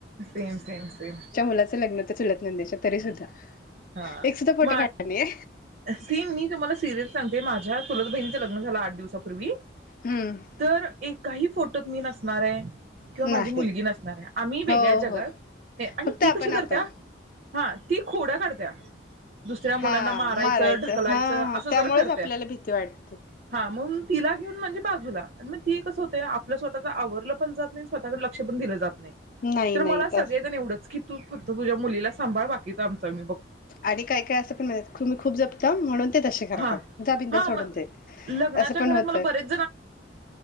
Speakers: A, on the right (about 50°); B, on the left (about 45°).
A: सेम सेम सेम
B: मुलाच लग्न होत चुलत नंदेच्या तरी सुद्धा
A: हा
B: एक सुद्धा फोटो
A: मग
B: काढला नाहीये
A: सीन मी तुम्हाला सिरियल सांगते माझ्या माझ्या चुलत बहिणींच लग्न झाल आठ दिवसापूर्वी पूर्वी
B: हम्म
A: तर काही फो मी नसणार आहे. किंवा माझी
B: नाही
A: मुलगी नसणार आहे. आम्ही वेगळ्या
B: हो
A: जगात
B: हो
A: आणि
B: फक्त
A: ती
B: आपण
A: कशी करत्या
B: आपण
A: हा ती खोड्या काढत द्या दुसऱ्या मुलांना
B: हा
A: मारायचं ढकलायचं
B: हा हा
A: असं
B: त्यामुळेच
A: जर करते
B: आपल्याला भीती वाटते
A: हा मग तिला घेऊन म्हणजे बाजूला मग ते कस होतय आपल स्वतःच आवरलं पण जात नाही. स्वतःकडे लक्ष पण दिलं जात नाही.
B: नाही
A: तर
B: नाही
A: मला सगळेजण
B: तस
A: एवढंच की तू फक्त तुझ्या मुलीला सांभाळ बाकीच आमंच आम्ही बघतो.
B: आणि काय काय असं पण म्हणुन खूप जपता म्हणून ते तसे करतात
A: हा
B: जा बिंदास
A: हा
B: सोडून
A: मग
B: ते
A: लग्नाच्या
B: असं पण
A: घरात
B: होत.
A: मला बरेच